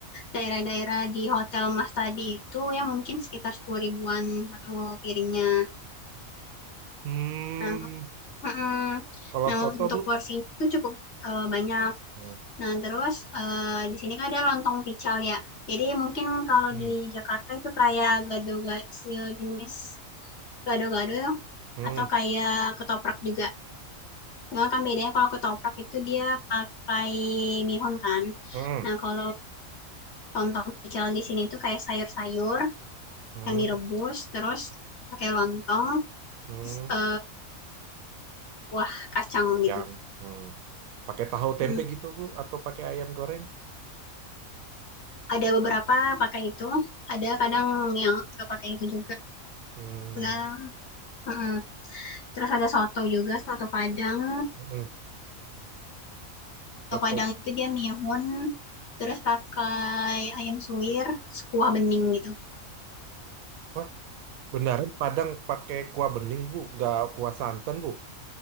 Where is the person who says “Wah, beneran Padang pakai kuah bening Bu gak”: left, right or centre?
Right